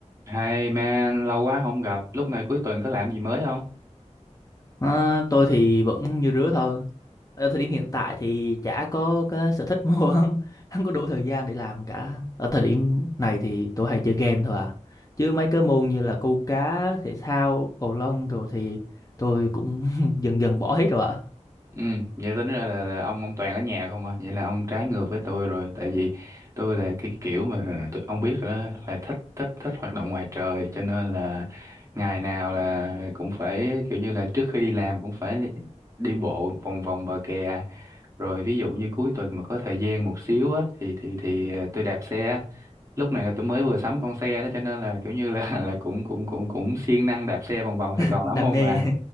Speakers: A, on the right; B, on the left.
A: Hey man, lâu quá không gặp, lúc này cuối tuần có làm gì mới không?
B: À, tôi thì vẫn như rứa thôi. Ở thời điểm hiện tại thì chả có cái sở thích mua <laughs> không, không có đủ thời gian để làm cả. Ở thời điểm này thì tôi hay chơi game thôi à. Chứ mấy cái môn như là câu cá, thể thao, cầu lông rồi thì tôi cũng <laughs> dần dần bỏ hết rồi ạ.
A: Ừ, vậy tính ra là, là ông ông Toàn ở nhà không à? Vậy là ông trái ngược với tôi rồi, tại vì tôi là cái kiểu mà tôi, ông biết rồi đó, là thích thích thích hoạt động ngoài trời, cho nên là ngày nào là cũng phải kiểu như là trước khi đi làm cũng phải đi bộ vòng vòng bờ kè. rồi ví dụ như cuối tuần mà có thời gian một xíu á thì thì thì ờ, tôi đạp xe lúc này là tôi mới vừa sắm con xe đó cho nên là kiểu như là <laughs> là cũng cũng cũng cũng siêng năng đạp xe vòng vòng Sài
B: <laughs>
A: Gòn
B: Đam
A: lắm ông
B: mê.
A: mà